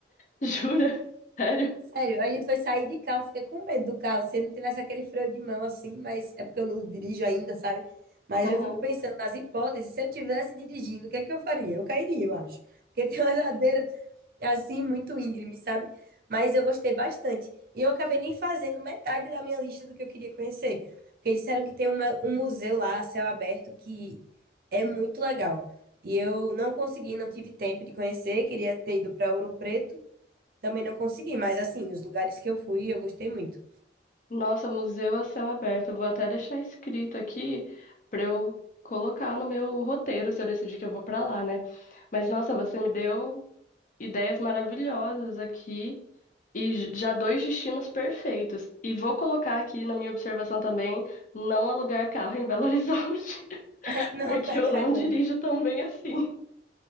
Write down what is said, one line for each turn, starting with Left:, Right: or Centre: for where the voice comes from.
Left: <laughs> Jura? Sério?
Right: Sério, a gente foi sair de carro, fiquei com medo do carro, se não tivesse aquele freio de mão assim, mas é porque eu não dirijo ainda, sabe? Mas
Left: Uhum.
Right: eu fico pensando nas hipóteses, se eu tivesse dirigindo, o que é que eu faria? Eu cairia, eu acho. Porque tem uma <laughs> ladeira assim, muito íngreme, sabe? Mas eu gostei bastante. E eu acabei nem fazendo metade da minha lista do que eu queria conhecer. Porque disseram que tem uma- um museu lá, a céu aberto, que é muito legal. E eu não consegui, não tive tempo de conhecer. Queria ter ido para Ouro Preto, também não consegui. Mas, assim, os lugares que eu fui, eu gostei muito.
Left: Nossa, museu a céu aberto. Eu Vou até deixar escrito aqui pra eu colocar no meu roteiro se eu decidir que eu vou pra lá, né? Mas nossa, você me deu ideias maravilhosas aqui e j- já dois destinos perfeitos. E vou colocar aqui na minha observação também, não alugar carro em Belo Horizonte, <laughs>
Right: <laughs> Não,
Left: porque
Right: da
Left: eu
Right: Carla.
Left: não dirijo tão bem assim.